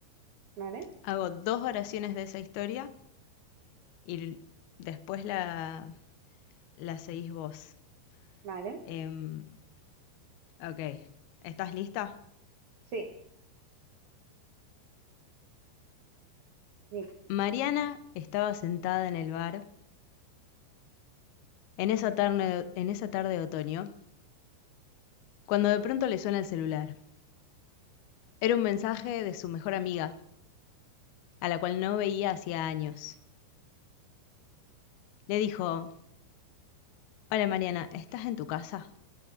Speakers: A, on the right; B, on the left.
A: ¿vale?
B: hago dos oraciones de esa historia y l- después la, la seguís vos.
A: ¿Vale?
B: Em, ok, ¿estás lista?
A: Sí, mira,
B: Mariana estaba sentada en el bar en esa tarde, en esa tarde de otoño, cuando de pronto le suena el celular. Era un mensaje de su mejor amiga, a la cual no veía hacía años. Le dijo, Hola Mariana, ¿estás en tu casa?